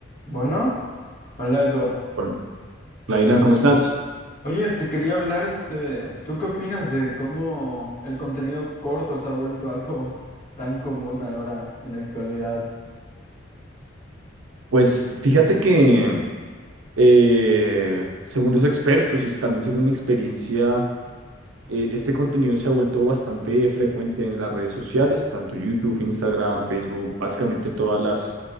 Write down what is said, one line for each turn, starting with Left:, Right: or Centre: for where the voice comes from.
Left: Bueno, hola Eduardo.
Right: Hola, hola, Dylan, ¿cómo estás?
Left: Oye, te quería hablar, este, ¿tú qué opinas de cómo el contenido corto se ha vuelto <laughs> algo tan común ahora en la actualidad?
Right: Pues fíjate que eh, según los expertos y también según mi experiencia, eh, este contenido se ha vuelto bastante frecuente en las redes sociales, tanto YouTube, Instagram, Facebook, básicamente todas las